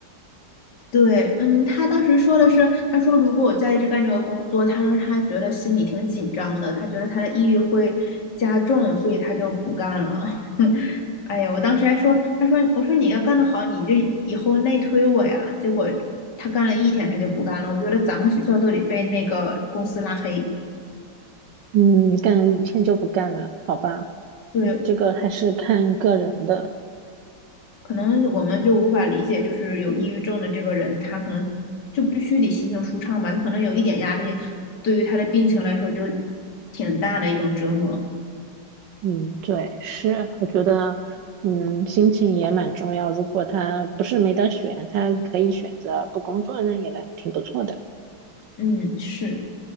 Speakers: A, on the left; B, on the right.
A: 对，嗯，他当时说的是，他说如果我在这干这个工作，他说他觉得心里挺紧张的，他觉得他的抑郁会加重，所以他就不干了。<laughs> 哎呀，我当时还说，他说，我说你要干得好，你就以后内推我呀。结果他干了一天，他就不干了。我觉得咱们学校都得被那个公司拉黑。
B: 嗯，干一天就不干了，好吧？
A: 对，
B: 哎，这个还是看个人的。
A: 可能我们就无法理解，就是有抑郁症的这个人，他可能就必须得心情舒畅吧，他可能有一点压力，对于他的病情来说就挺大的一种折磨。
B: 嗯，对，是，我觉得，嗯，心情也蛮重要。如果他不是没得选，他可以选择不工作，那也挺不错的。
A: 嗯，是，